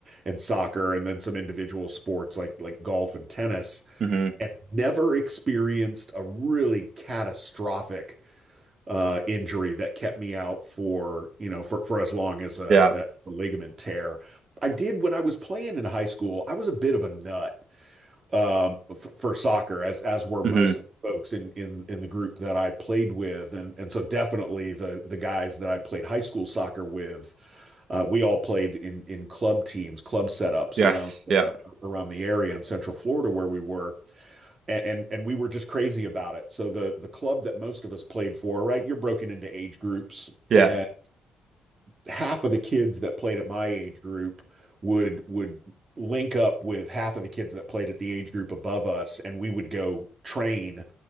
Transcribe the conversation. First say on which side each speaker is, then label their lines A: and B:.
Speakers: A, on the right; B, on the right.
A: and soccer and then some individual sports like like golf and tennis
B: hmm
A: and never experienced a really catastrophic uh, injury that kept me out for you know for for as long as a,
B: Yeah.
A: a ligament tear. I did when I was playing in high school. I was a bit of a nut um, f- for soccer, as as were
B: hmm
A: most of the folks in in in the group that I played with, and and so definitely the the guys that I played high school soccer with. Uh, we all played in in club teams, club setups
B: Yes.
A: around
B: Yeah.
A: uh, around the area in Central Florida where we were, and, and and we were just crazy about it. So the the club that most of us played for, right? You're broken into age groups,
B: Yeah.
A: and half of the kids that played at my age group would would link up with half of the kids that played at the age group above us, and we would go train